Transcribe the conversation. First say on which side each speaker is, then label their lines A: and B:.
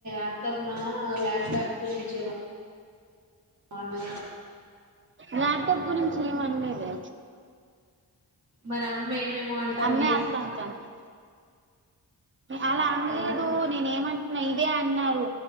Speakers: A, on the right; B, on the right.
A: అత్తమ్మ ల్యాప్టాప్ గురించే అన్నది అట
B: లాప్టాప్ గురించి ఏం అనలేదే
A: మరి అమ్మ ఏమేమో అంటుంది
B: అమ్మో అట్లా అంటుంది అలా అనలేదు
A: ఎందుకు
B: నేను ఏమంటన్నా ఇ అదే అన్నారు